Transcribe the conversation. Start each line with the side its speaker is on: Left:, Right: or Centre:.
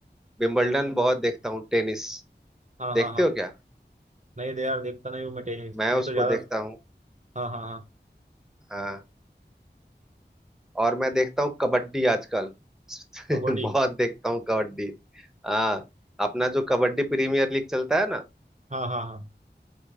Centre: विंबलडन बहुत देखता हूँ टेनिस
Right: हाँ
Centre: देखते
Right: हाँ हाँ
Centre: हो क्या
Right: नहीं दे यार देखता नहीं हूँ मैं टेनिस
Centre: मैं
Right: मैं
Centre: उसको
Right: तो ज्यादा
Centre: देखता हूँ
Right: हाँ हाँ हाँ
Centre: हाँ और मैं देखता हूँ कबड्डी आजकल <laughs>
Right: कबड्डी
Centre: बहुत देखता हूँ कबड्डी हाँ अपना जो कबड्डी प्रीमियर लीग चलता है ना
Right: हाँ हाँ हाँ